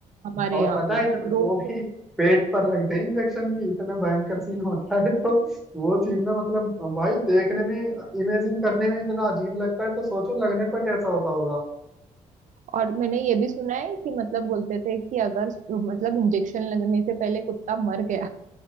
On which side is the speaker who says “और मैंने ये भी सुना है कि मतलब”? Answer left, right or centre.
Right